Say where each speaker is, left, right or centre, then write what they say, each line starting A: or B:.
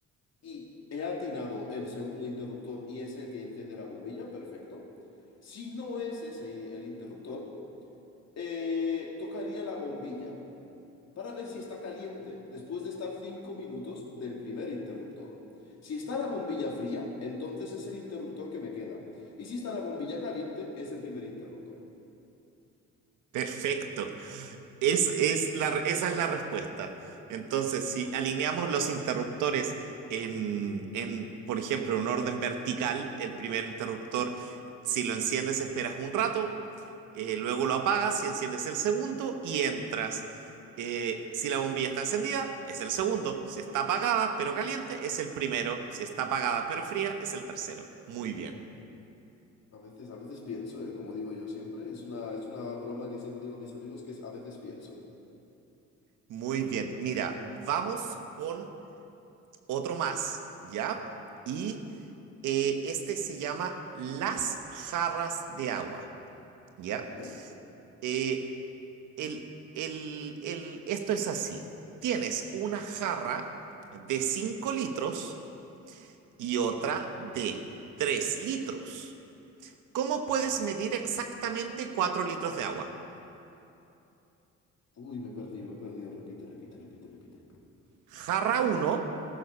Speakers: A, on the left; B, on the right.
A: y he atinado el segundo interruptor y es el que enciende la bombilla, perfecto. Si no es ese el interruptor, eh, tocaría la bombilla para ver si está caliente después de estar 5 minutos del primer interruptor. Si está la bombilla fría, entonces es el interruptor que me queda. Y si está la bombilla caliente, es el primer interruptor.
B: Perfecto. Es, es la, esa es la respuesta. Entonces, si alineamos los interruptores en, en, por ejemplo, en un orden vertical, el primer interruptor, si lo enciendes, esperas un rato, eh, luego lo apagas y enciendes el segundo y entras. Eh, si la bombilla está encendida, es el segundo. Si está apagada pero caliente, es el primero. Si está apagada pero fría, es el tercero. Muy bien,
A: A veces, a veces pienso, ¿eh? Como digo yo siempre, es una, es una broma que siempre digo a mis amigos que es a veces pienso.
B: muy bien. Mira, vamos con otro más, ¿ya? Y Eh, este se llama Las jarras de agua, ¿ya?
A: ¿Vale?
B: Eh, el- el- el- esto es así. Tienes una jarra de 5 litros y otra de 3 litros. ¿Cómo puedes medir exactamente 4 litros de agua?
A: Uy, me perdió, me perdió. Repite, repite, repite, repite.
B: Jarra uno